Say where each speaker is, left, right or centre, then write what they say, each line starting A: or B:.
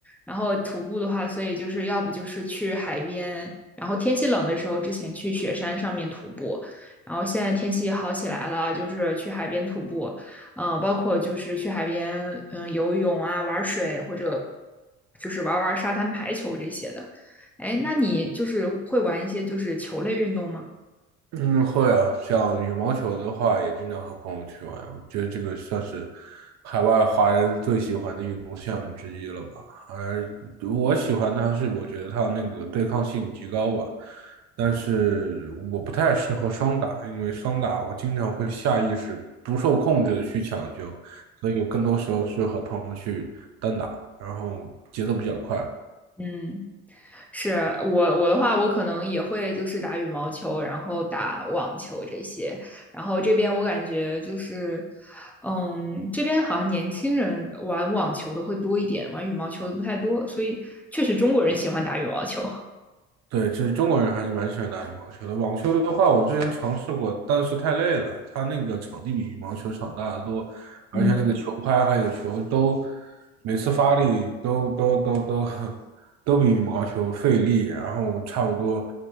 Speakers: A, in the centre; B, on the right (about 60°).
A: 然后徒步的话，所以就是要不就是去海边，然后天气冷的时候之前去雪山上面徒步，然后现在天气好起来了，就是去海边徒步，呃，包括就是去海边嗯、呃游泳啊、玩水或者就是玩玩沙滩排球这些的。哎，那你就是会玩一些就是球类运动吗？
B: 嗯，会啊，像羽毛球的话，也经常和朋友去玩。我觉得这个算是海外华人最喜欢的运动项目之一了吧。而我喜欢它是，我觉得它那个对抗性极高吧。但是我不太适合双打，因为双打我经常会下意识不受控制的去抢球，所以我更多时候是和朋友去单打，然后节奏比较快，
A: 嗯，是我我的话，我可能也会就是打羽毛球，然后打网球这些。然后这边我感觉就是，嗯，这边好像年轻人玩网球的会多一点，玩羽毛球的不太多。所以确实中国人喜欢打羽毛球。
B: 对，其实中国人还是蛮喜欢打羽毛球的。网球的话，我之前尝试过，但是太累了，它那个场地比羽毛球场大得多，而且那个球拍还有球都，
A: <laughs> 嗯，
B: 每次发力都都都都 <laughs> 都比羽毛球费力。然后差不多，